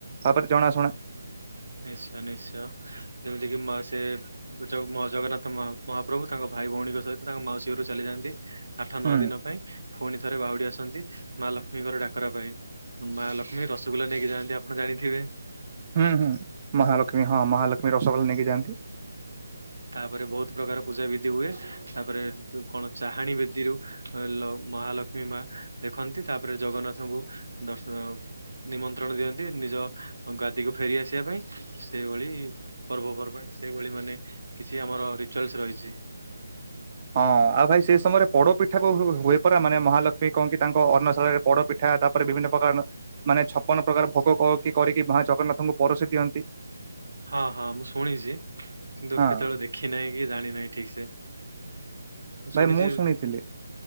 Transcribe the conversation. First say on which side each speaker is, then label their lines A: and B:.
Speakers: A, on the right; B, on the right.
A: ଭାବରେ ଜଣାଶୁଣା।
B: ଁ ନିଶ୍ଚୟ ନିଶ୍ଚୟ ଯେମିତି କିି ମା ସେ-ଏ-ଏ ଯୋଉଁ ମ ଜଗନ୍ନାଥ ମହା ମହାପ୍ରଭୁ ତାଙ୍କ ଭାଇ ଭଉଣୀଙ୍କ ସହିତ ତାଙ୍କ ମାଉସୀ ଘରକୁ ଚାଲିଯାନ୍ତି ଆଠ
A: ହୁଁ
B: ନଅ ଦିନ ପାଇଁ। ପୁଣି ଥରେ ବାହୁଡି ଆସନ୍ତି ମା ଲକ୍ଷ୍ମୀଙ୍କର ଡାକରା ପାଇଁ। ମା ଲକ୍ଷ୍ମୀ ରସଗୋଲା ନେଇକି ଯାଆନ୍ତି ଆପଣ ଜାଣିଥିବେ।
A: ହୁଁ ହୁଁ ମହାଲକ୍ଷ୍ମୀ ହଁ ମହାଲକ୍ଷ୍ମୀ ରସଗୋଲା ନେଇକି ଯାଆନ୍ତି।
B: ତାପରେ ବହୁତ ପ୍ରକାର ପୂଜା ବିିଧି ହୁଏ। ତାପରେ-ଏ-ଏ ଏ କଣ ଚାହାଣୀ ବେଦୀରୁ ଅ-ଅ-ଅ ଲ ମହାଲକ୍ଷ୍ମୀ ମା ଦେଖନ୍ତି, ତାପରେ ଜଗନ୍ନାଥଙ୍କୁ ଦର୍ଶ ନିମନ୍ତ୍ରଣ ଦିଅନ୍ତି ନି ନିଜ ଗାଦିକୁ ଫେରି ଆସିବା ପାଇଁ, ସେଇଭଳି ପର୍ବପର୍ବାଣି ସେଇଭଳି ମାନେ କିଛି ଆମର ରିଚୁଆଲସ ରହିଛି।
A: ହଁ ଆଉ ଭାଇ ସେ ସମୟରେ ପୋଡ ପିଠା ହୁ-ହୁ-ହୁ ହୁଏ ପରା ମାନେ ମହାଲକ୍ଷ୍ମୀ କଣ କି ତାଙ୍କ ଅନ୍ନଶାଳାରେ ପୋଡ ପିଠା ତାପରେ ବିଭିନ୍ନ ପ୍ରକାର ମାନେ ଛପନ ପ୍ରକାର ଭୋଗ କରିକି ମା ଜଗନ୍ନାଥଙ୍କୁ ପରଷ ଦିଅନ୍ତି।
B: ହଁ ହଁ ମୁଁ ଶୁଣିଛି କିନ୍ତୁ
A: ହଁ।
B: କେତେବେଳେ ଦେଖି ନାହିଁ କି ଜାଣି ନାହିଁ ଠିକ ସେ। ଶୁଣିଛି
A: ଭାଇ ମୁଁ ଶୁଣିଥିଲି